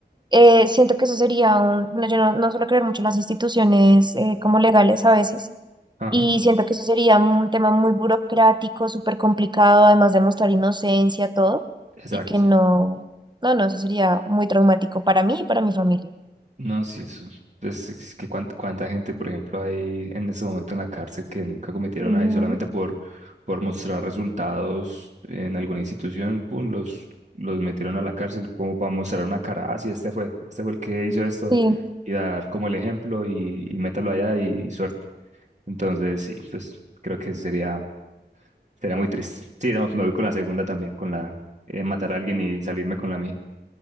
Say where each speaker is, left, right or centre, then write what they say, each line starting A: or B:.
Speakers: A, on the right (about 25°); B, on the right (about 40°).
A: eh, siento que eso sería un, bueno, yo no, no suelo creer mucho en las instituciones eh, como legales a veces,
B: Ajá.
A: y siento que eso sería un tema muy burocrático, súper complicado, además de mostrar inocencia, todo,
B: Exacto.
A: y que no, no, no, eso sería muy traumático para mí y para mi familia.
B: No, sí, eso. Pues es que cuánta, cuánta gente, por ejemplo, hay en este momento en la cárcel que nunca cometieron
A: Ujú,
B: nada y solamente por, por mostrar resultados en alguna institución, pum, los, los metieron a la cárcel como para mostrar una cara, ah, sí, este fue, este fue el que hizo esto,
A: Sí,
B: y dar como el ejemplo y, y métalo allá y, y suerte. Entonces, sí, pues creo que sí sería, sería muy triste. Sí, no, me voy con la segunda también, con la eh, matar a alguien y salirme con la mía.